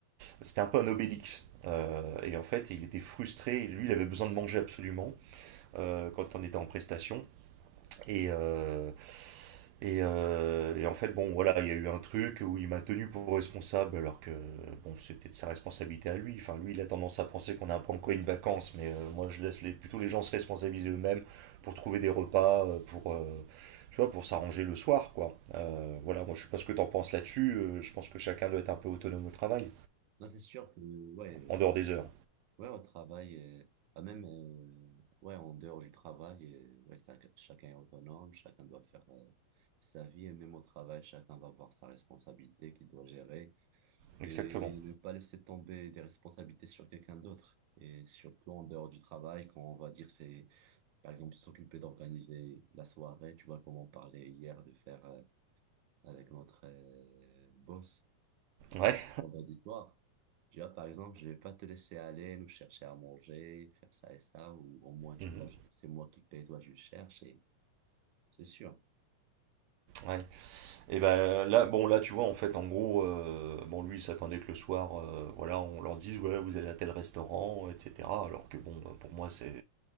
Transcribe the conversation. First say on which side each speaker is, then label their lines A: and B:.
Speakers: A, on the right; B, on the right.
A: c'était un peu un obélix. Euh, et en fait, il était frustré. Lui, il avait besoin de manger absolument euh, quand on était en prestation. Et, euh, et, euh, et en fait, bon, voilà, il y a eu un truc où il m'a tenu pour responsable, alors que bon, c'était de sa responsabilité à lui. Enfin, lui, il a tendance à penser qu'on a un peu encore une vacance, mais euh, moi, je laisse les, plutôt les gens se responsabiliser eux-mêmes pour trouver des repas, euh, pour, euh, tu vois, pour s'arranger le soir, quoi. Euh, voilà, moi, je sais pas ce que t'en penses là-dessus. euh, je pense que chacun doit être un peu autonome au travail,
B: Non, c'est sûr que, ouais,
A: en dehors
B: euh,
A: des heures.
B: ouais, au travail, euh, bah, même, euh, ouais, en dehors du travail, euh, ouais, ça- chacun est autonome, chacun doit faire, euh, sa vie, et même au travail, chacun va avoir sa responsabilité qu'il doit gérer.
A: Exactement.
B: et ne pas laisser tomber des responsabilités sur quelqu'un d'autre. Et surtout en dehors du travail, quand on va dire c'est, par exemple, s'occuper d'organiser la soirée, tu vois, comme on parlait hier de faire euh, avec notre euh, boss
A: Ouais.
B: vendredi soir. Tu vois, par exemple, je vais pas te laisser aller, nous chercher à manger, faire ça et ça, ou au moins, tu
A: Mhm.
B: vois, je- c'est moi qui paye, toi, je cherche, et c'est sûr.
A: Ouais. Et ben là, bon là tu vois en fait en gros, euh, bon lui il s'attendait que le soir, euh, voilà, on leur dise voilà vous allez à tel restaurant, etc. Alors que bon pour moi c'est